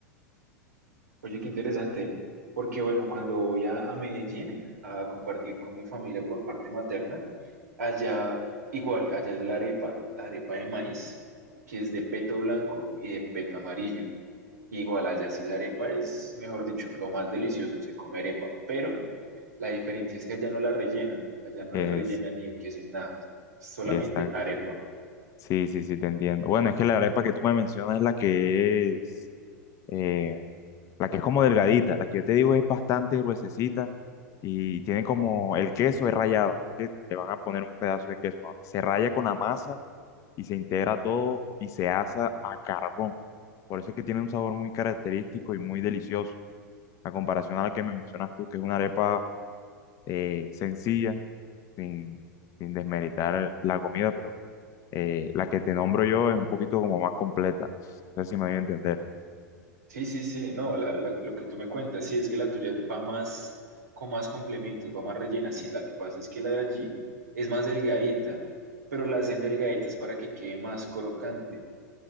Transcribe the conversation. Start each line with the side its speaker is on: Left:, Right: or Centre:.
Right: Oye, qué interesante, porque bueno, cuando voy a, a Medellín a compartir con mi familia por parte materna, allá igual, allá es la arepa, la arepa de maíz, que es de peto blanco y de peto amarillo. Igual allá sí la arepa es, mejor dicho, lo más delicioso, se come arepa, pero la diferencia es que allá no la rellenan, allá no
Left: Es,
Right: es rellena ni de queso ni nada, solamente
Left: esta,
Right: arepa.
Left: sí, sí, sí, te entiendo. Bueno, es que la arepa que tú me mencionas es la que es, eh, la que es como delgadita, la que yo te digo es bastante gruesecita y tiene como el queso es rallado, ¿no? que le van a poner un pedazo de queso, ¿no? Se raya con la masa y se integra todo y se asa a carbón. Por eso es que tiene un sabor muy característico y muy delicioso, a comparación a la que me mencionas tú, que es una arepa eh, sencilla sin, sin desmeritar la comida, pero eh, la que te nombro yo es un poquito como más completa. No sé si me voy a entender.
Right: Sí, sí, sí, no, la- la- lo que tú me cuentas, sí, es que la tuya va más con más complementos, va más rellena, sí, la que pasa es que la de allí es más delgadita, pero la hacen delgadita es para que quede más crocante.